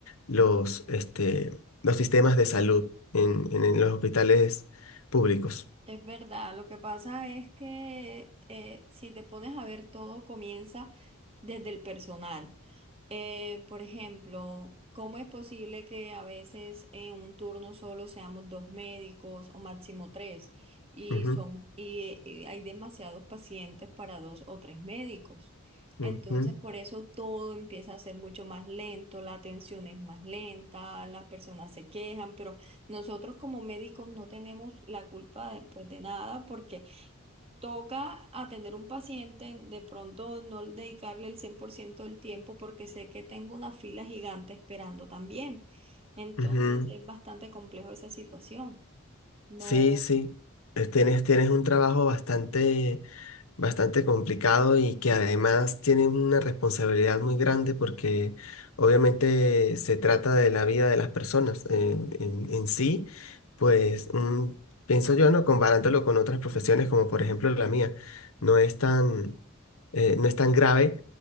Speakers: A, on the left; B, on the right.
A: los, este, los sistemas de salud en, en, en los hospitales públicos.
B: Es verdad, lo que pasa es que eh, si te pones a ver todo comienza desde el personal. Eh, por ejemplo, ¿cómo es posible que a veces en un turno solo seamos dos médicos o máximo tres y
A: Ujú,
B: son y, y hay demasiados pacientes para dos o tres médicos?
A: ujú,
B: Entonces, por eso todo empieza a ser mucho más lento, la atención es más lenta, las personas se quejan, pero nosotros como médicos no tenemos la culpa de, pues, de nada porque toca atender un paciente, de pronto no dedicarle el 100% del tiempo porque sé que tengo una fila gigante esperando también. Entonces
A: ujú.
B: es bastante complejo esa situación. No,
A: Sí, sí. eh, Tienes, tienes un trabajo bastante, bastante complicado y que además tienen una responsabilidad muy grande porque obviamente se trata de la vida de las personas en, en- en sí, pues un- pienso yo, ¿no? Comparándolo con otras profesiones como por ejemplo la mía, no es tan, eh, no es tan grave